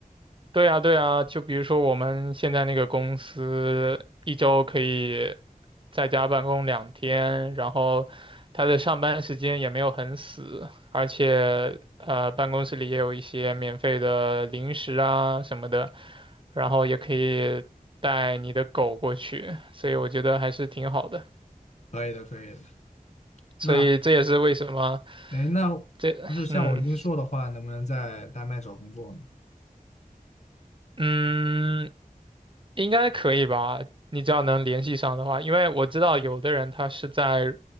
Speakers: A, on the right (about 35°); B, on the left (about 50°).
A: 对呀，对呀，就比如说我们现在那个公司，一周可以在家办公两天，然后他的上班时间也没有很死，而且呃，办公室里也有一些免费的零食啊什么的，然后也可以带你的狗过去，所以我觉得还是挺好的。
B: 可以的，可以的。
A: 所以这也是为什么
B: 那哎，那
A: 这，
B: 不是像我英硕的话，
A: 嗯
B: 能不能在丹麦找工作呢？
A: 嗯，应该可以吧？你只要能联系上的话，因为我知道有的人他是在